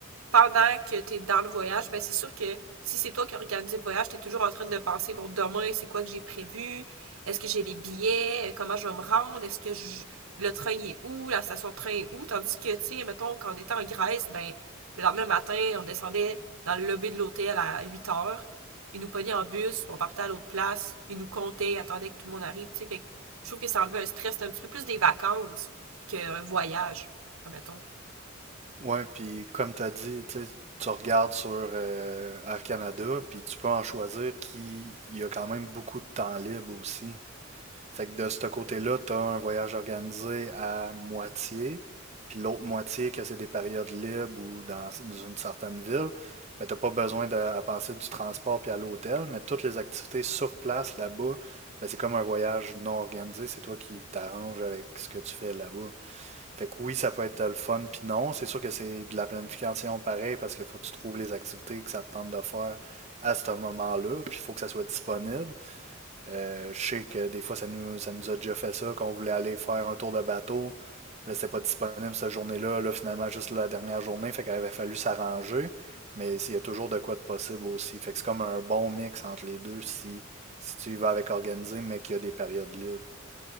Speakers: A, on the right (about 85°); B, on the right (about 30°).
A: pendant que t'es dans le voyage, ben c'est sûr que si c'est toi qui as organisé le voyage, t'es toujours en train de penser, bon, demain, c'est quoi que j'ai prévu? Est-ce que j'ai les billets? Comment je vais me rendre? Est-ce que je- le train est où? La station de train est où? Tandis que, tu sais, mettons, quand on était en Grèce, ben, le lendemain matin, on descendait dans le lobby de l'hôtel à 8 heures. Ils nous pognaient en bus, on partait à l'autre place, ils nous comptaient, attendaient que tout le monde arrive, tu sais. Fait que je trouve que ça enlevait un stress, c'est un petit peu plus des vacances qu'un voyage, admettons.
B: Ouais, puis comme tu as dit, tu sais, tu regardes sur euh, Air Canada, puis tu peux en choisir qui il y a quand même beaucoup de temps libre aussi. Fait que de ce côté-là, tu as un voyage organisé à moitié, puis l'autre moitié, que c'est des périodes libres ou dans une certaine ville, ben t'as pas besoin de à penser du transport puis à l'hôtel, mais toutes les activités sur place là-bas, ben, c'est comme un voyage non organisé, c'est toi qui t'arranges avec ce que tu fais là-bas. Fait que oui, ça peut être le fun, puis non. C'est sûr que c'est de la planification pareil parce qu'il faut que tu trouves les activités que ça te tente de faire à ce moment-là, puis il faut que ça soit disponible. Euh, je sais que des fois, ça nous, ça nous a déjà fait ça, qu'on voulait aller faire un tour de bateau. Là, c'était pas disponible cette journée-là. Là, finalement, juste la dernière journée, fait qu'il avait fallu s'arranger. Mais il y a toujours de quoi de possible aussi. Fait que c'est comme un bon mix entre les deux si, si tu y vas avec organisé, mais qu'il y a des périodes libres.